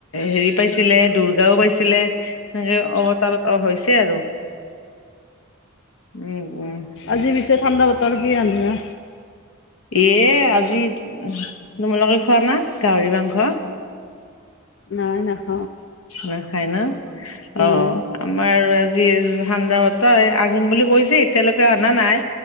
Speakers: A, on the left (about 80°); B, on the left (about 60°).
A: হেৰি পাইছিল ছিলে দুৰ্গাও পাইছিলে সনেকে অৱতাৰত অ হৈছে আৰু উম উম
B: আজি পিছে ঠাণ্ডা বতৰ কি আঞ্জা
A: এ আজি তোমোলাকে খোৱা না গাহৰি মাংস
B: নাই নাখাওঁ
A: নাখাই ন অ
B: নাই
A: আমাৰ আজি ঠাণ্ডা বতৰ আনিম বুলি কৈছে এতিয়ালৈকে অনা নাই